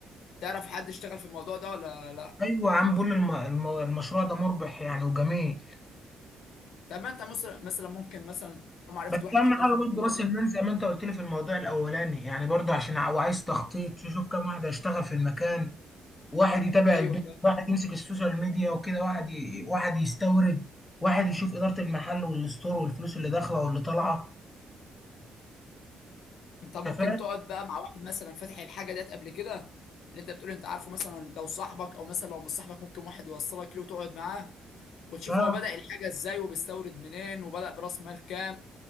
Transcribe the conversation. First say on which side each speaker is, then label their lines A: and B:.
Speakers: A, on the left; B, on the left.
A: تعرف حد اشتغل في الموضوع ده ولا لا
B: ايوه يا عم بقول الم... الم... المشروع ده مربح يعني وجميل
A: طب ما انت مثلا مثلا ممكن مثلا طالما عرفت
B: بس
A: واحد
B: اهم
A: شغال
B: حاجه
A: في الموضوع
B: برضه راس
A: ده
B: المال زي ما انت قلت لي في الموضوع الاولاني يعني برضه عشان ع- وعايز تخطيط تشوف كام واحد هيشتغل في المكان واحد يتابع
A: ايوه
B: البيع
A: فاهم
B: واحد يمسك السوشيال ميديا وكده واحد ي... واحد يستورد واحد يشوف إدارة المحل والستور والفلوس اللي داخلة واللي طالعة
A: انت ممكن
B: انت فاهم
A: تقعد بقى مع واحد مثلا فاتح الحاجه ديت قبل كده اللي انت بتقول انت عارفه مثلا لو صاحبك او مثلا لو مش صاحبك ممكن واحد يوصلك له وتقعد معاه وتشوف
B: اه
A: هو بدأ الحاجه ازاي وبيستورد منين وبدأ براس مال كام